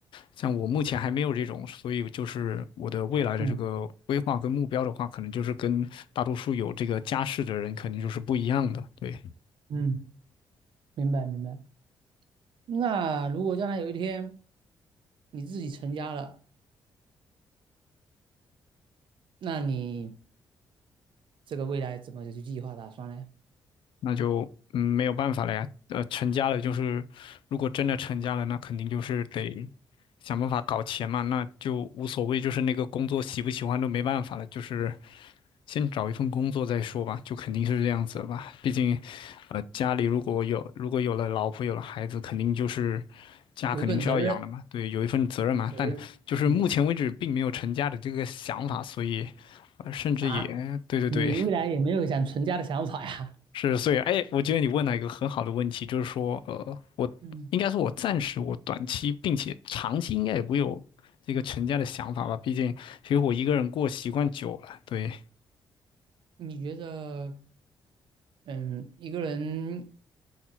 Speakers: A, on the left; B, on the right.
A: 像我目前还没有这种，所以就是我的未来的这个规划跟目标的话，
B: 嗯
A: 可能就是跟大多数有这个家室的人肯定就是不一样的，对。
B: 嗯，明白明白。那如果将来有一天你自己成家了，那你。这个未来怎么去计划打算呢？
A: 那就嗯没有办法了呀。呃，成家了就是，如果真的成家了，那肯定就是得想办法搞钱嘛，那就无所谓，就是那个工作喜不喜欢都没办法了，就是先找一份工作再说吧，就肯定是这样子了吧。毕竟，呃，家里如果有如果有了老婆有了孩子，肯定就是家肯定是要养的嘛，
B: 有一份责任，
A: 对，有一份责任嘛。
B: 责任，
A: 但就是目前为止并没有成家的这个想法，
B: 嗯
A: 所以，呃，甚至也对对对。
B: 啊，你未来也没有想成家的想法呀？
A: 是，所以，哎，我觉得你问了一个很好的问题，就是说，呃，我应该说，
B: 嗯，
A: 我暂时我短期并且长期应该也不会有这个成家的想法吧，毕竟其实我一个人过习惯久了，对，
B: 你觉得，嗯，一个人